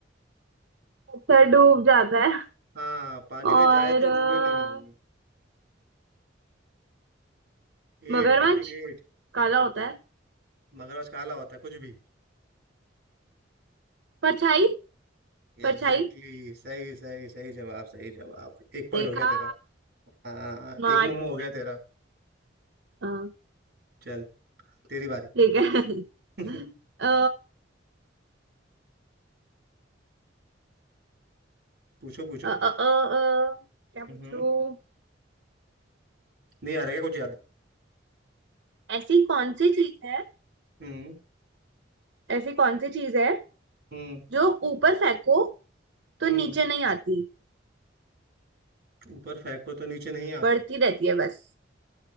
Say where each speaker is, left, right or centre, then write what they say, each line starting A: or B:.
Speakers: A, on the right; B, on the right.
A: पत्थर डूब जाता है
B: हाँ पानी में
A: और
B: जाए तो
A: अ,
B: डूबे नहीं Eight
A: मगरमच्छ
B: tick tick eight
A: काला होता है
B: मगरमच्छ काला होता है कुछ भी
A: परछाई परछाई
B: एग्जैक्टली exactly, सही सही सही जवाब सही जवाब एक पॉइंट
A: देखा
B: हो गया तेरा हाँ
A: स्मार्ट
B: एक मोमो हो गया तेरा
A: हाँ,
B: चल तेरी बारी
A: ठीक है <laughs>
B: <laughs>
A: अ,
B: पूछो पूछो
A: अ, अ, अ, अ, क्या पूछूं
B: हम्म नहीं आ रहा क्या कुछ याद
A: ऐसी कौन सी चीज है
B: हम्म
A: ऐसी कौन सी चीज है
B: हम्म
A: जो ऊपर फेंको तो
B: हम्म
A: नीचे नहीं आती
B: ऊपर फेंको तो नीचे नहीं आती
A: बढ़ती रहती है बस